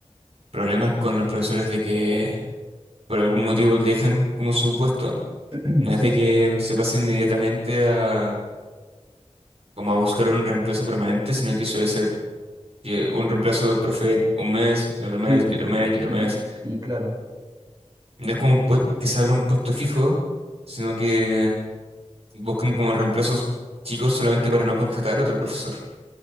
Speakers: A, on the right; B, on the right.
A: problemas con los profesores de que por algún motivo dejan como su puesto,
B: <clears throat>
A: no
B: Sí,
A: es de que se pase inmediatamente a como a buscar un reemplazo permanente, sino que suele ser que un reemplazo de profe un mes, y otro mes,
B: sí, po.
A: y otro mes, y otro
B: Y,
A: mes.
B: y claro,
A: No es como un puest- que se abra un puesto fijo, sino que buscan como reemplazos chicos solamente para no contratar a otro profesor.